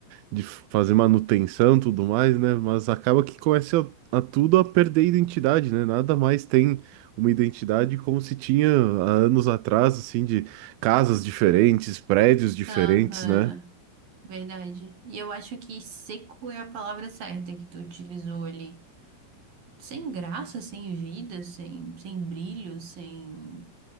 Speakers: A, on the right; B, on the right.
A: de fazer manutenção e tudo mais, né? Mas acaba que começa a, a tudo a perder identidade, né? Nada mais tem uma identidade como se tinha há anos atrás, assim, de casas diferentes, prédios diferentes,
B: Aham.
A: né?
B: Verdade. E eu acho que seco é a palavra certa que tu utilizou ali. Sem graça, sem vida, sem, sem brilho, sem.